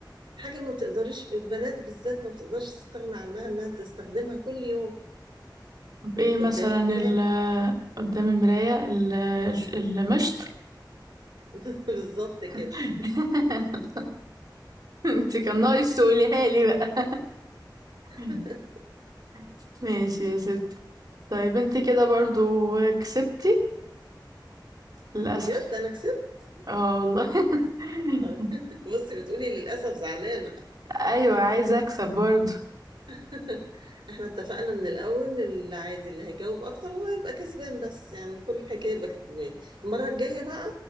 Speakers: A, on the right; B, on the right.
A: حاجة ما بتقدريش البنات بالذات ما بتقدرش تستغنى عنها انها تستخدمها كل يوم
B: طب ايه مثلا
A: قدام المراية
B: ال قدام المراية ال- ال- المشط
A: <laughs> بالظبط كده
B: <laughs> انت كان ناقص تقوليها لي بقى <laughs>
A: <laughs>
B: ماشي يا ست طيب انت كده برضو كسبتي للأسف
A: بجد انا كسبت
B: اه والله <laughs>
A: <laughs> بصي بتقولي للاسف زعلانة
B: ايوه عايزه اكسب برضه
A: <laughs> احنا اتفقنا من الاول ان العادي اللي هيجاوب اكتر هو يبقى كسبان بس يعني كل الحكايه يبقى كسبان المره الجايه بقى